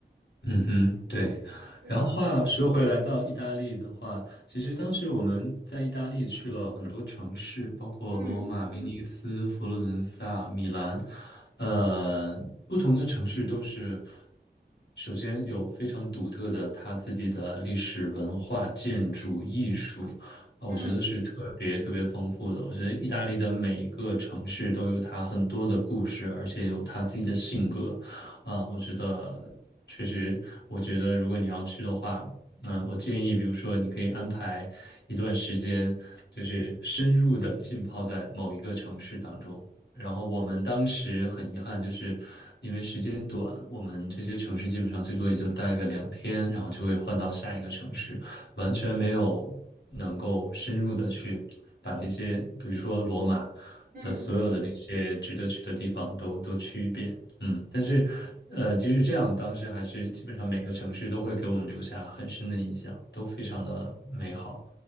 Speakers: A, on the left (about 75°); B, on the right (about 55°).
A: 嗯哼，对。
B: 是的，
A: 然后话说回来，到意大利的话，其实当时我们在意大利去了很多城市，包括罗马、
B: 嗯
A: 威尼斯、佛罗伦萨、米兰，呃，不同的城市都是首先有非常独特的它自己的历史文化、建筑、艺术，呃我觉得是特别特别丰富的。
B: 嗯
A: 我觉得意大利的每一个城市都有它很多的故事，而且有它自己的性格。啊，我觉得确实，我觉得如果你要去的话，嗯，我建议，比如说你可以安排一段时间，就是深入的浸泡在某一个城市当中。然后我们当时很遗憾，就是因为时间短，我们这些城市基本上最多也就待个两天，然后就会换到下一个城市，完全没有能够深入的去把那些，比如说罗马的所有的那些值得去的地方都都去一遍。
B: 嗯
A: 嗯，但是，呃，即使这样，当时还是基本上每个城市都会给我们留下很深的印象，都非常的美好。